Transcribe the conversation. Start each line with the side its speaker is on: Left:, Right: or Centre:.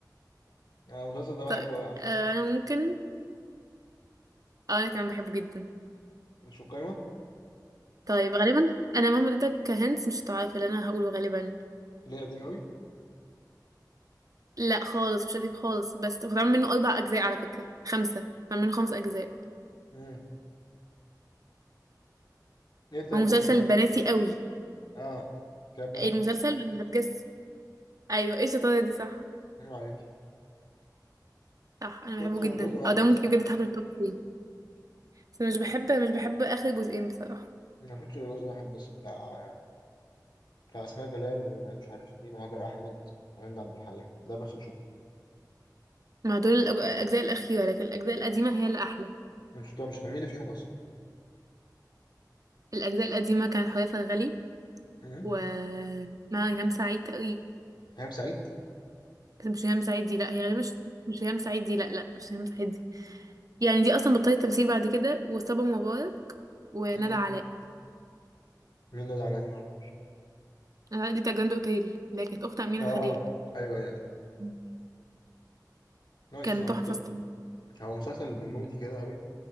Left: <laughs> انا المسلسل ده بحبه
Right: طيب
Left: قوي عامة
Right: آه، انا ممكن اه انا كمان بحبه جدا
Left: مش في القايمة
Right: طيب غالبا انا مهما اديتك هنت مش هتعرف اللي انا هقوله غالبا
Left: ليه قديم قوي
Right: لا خالص مش قديم خالص بس اتعمل منه اربع اجزاء على فكره خمسه اتعمل منه خمس اجزاء
Left: امم ليه طيب
Right: هو مسلسل
Left: قولي طيب
Right: بناتي قوي
Left: اه حكاية بنات
Right: ايه المسلسل ولا هتجس ايوه ايه الشطاره دي صح
Left: نعم عليكي
Right: صح انا
Left: شفتش
Right: بحبه
Left: غير
Right: جدا
Left: جزء واحد
Right: او ده ممكن
Left: بصراحة
Right: بجد يتحط من التوب 3 بس أنا مش بحب مش بحب اخر جزئين بصراحه
Left: ما شفتش غير جزء واحد بس بتاع بتاع اسماء جلال ومش عارف مين وهاجر احمد وهند عبد الحليم ده بس اللي شفته
Right: مع دول الأج- الاجزاء الاخيره لكن الاجزاء القديمه هي اللي احلى
Left: مش مش كان مين اللي فيهم
Right: الاجزاء القديمه كانت حوريه فرغلي
Left: اصلا
Right: و مع ريهام سعيد تقريبا
Left: هام سعيد
Right: بس مش ريهام سعيد دي لا هي غالبا مش مش ريهام سعيد دي لا لا مش ريهام سعيد دي يعني دي اصلا بطلت تمثيل بعد كده وصبا مبارك وندى
Left: مم.
Right: علاء
Left: مين نادي على دي معرفش
Right: ندى علاء دي بتاعت جراند اوتيل اللي هي كانت اخت امينه
Left: اه
Right: خليل
Left: ايوه ايوه ايوه
Right: مم.
Left: نايس
Right: كان
Left: عم
Right: تحفه الصراحة.
Left: هو مسلسل بنوتي كده قوي